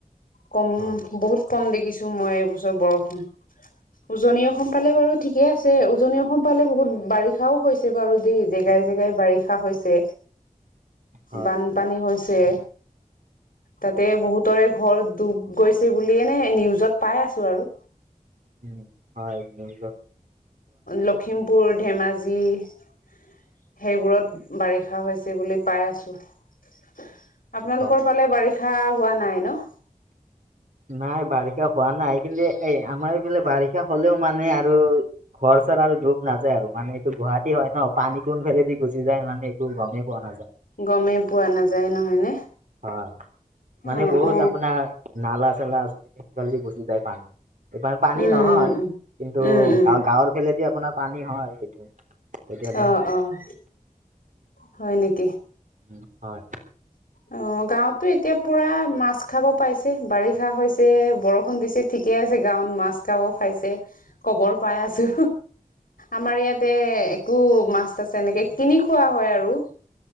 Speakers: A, on the left; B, on the right.
A: কম
B: হয়
A: বহুত কম দেখিছো মই এইবছৰ বৰষুণ। উজনি অসমফালে বাৰু ঠিকে আছে, উজনি অসমফালে বহুত বাৰিষাও হৈছে বাৰু দেই, জেগাই জেগা বাৰিষা হৈছে,
B: হয়
A: বানপানী হৈছে। তাতে বহুতৰে ঘৰ ডুব গৈছে বুলি এনে নিউজত পাই আছো আৰু।
B: উম, হয় মেইল
A: লখিমপুৰ, ধেমাজি সেইবোৰত বাৰিষা খা হৈছে বুলি পাই আছোঁ। আপোনালোকৰ
B: হয়
A: ফালে বাৰিষা খা হোৱা নাই ন'?
B: নাই বাৰিষা হোৱা নাই কিন্তু এ, আমাৰ এইফালে বাৰিষা হ'লেও মানে আৰু ঘৰ চৰ আৰু দুব নাযায় আৰু মানে এইটো গুৱাহাটী হয় ন' পানী কোনফালেদি গুচি যায় মানে একটো গমেই পোৱা নাযায়।
A: গমেই পোৱা নাযায় নহয়নে?
B: হয়। মানে
A: অ
B: বহুত
A: অ
B: আপোনাৰ নালা চালা আছে সেইফালদি গুচি যায় পানী। এইফালে পানী
A: উম
B: নহয়
A: উম
B: কিন্তু
A: উম উম
B: গাঁৱৰ ফেলেদি আপোনাৰ পানী হয় সেইটো। সেইটো এটা
A: অ',
B: সম-
A: অ' হয় নেকি?
B: উম, হয়।
A: অ' গাঁৱতটো এতিয়া পুৰা মাছ খাব পাইছে। বাৰিষা হৈছে, বৰষুণ দিছে, ঠিকেই আছে, গাঁৱত মাছ খাব পাইছে। খবৰ পাই আছোঁ। আমাৰ ইয়াতে একো মাছ-তাছ এনেকে কিনি খোৱা হয় আৰু